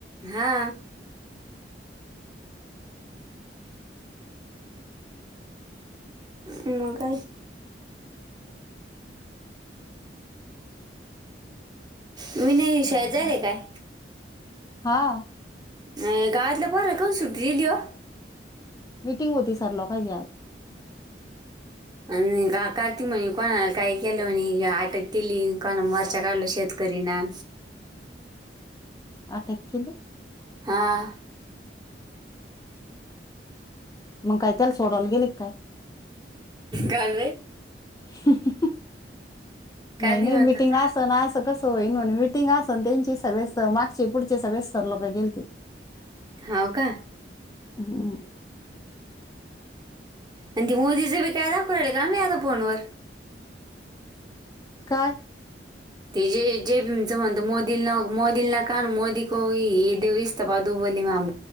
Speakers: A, on the right; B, on the left.
A: हा ह म काय मी नाही शेज
B: जाऊ दे
A: रे
B: आता.
A: काय
B: हा
A: नाही गाातलं पण र का सुट लिओ
B: मिीटिंग होती सर लोकच्यात
A: आणि का काती म्हणे कोणा काही केलं म्हणे अटक केली कोणा वरचा काढल शेत करणा
B: अटॅक केली
A: हां
B: मग काही त्याला सोडावला गेले काय
A: गल
B: ह
A: कार्तिक
B: नाही नाही
A: म्हणतात
B: मिटिंग असं ना असं कस हो म मिटिंग असून त्यांची सगळे स मागचे पुढचे सगळे सर लोक गेलतील
A: होाव का
B: हम्
A: आणि ती मोदीच बी कायदा पु काल याता फोनवर
B: काय
A: ते जे जे पीचं म्हणत मोदींना मोदींलाना का मोदी को हे देऊसत पा दुबोली आम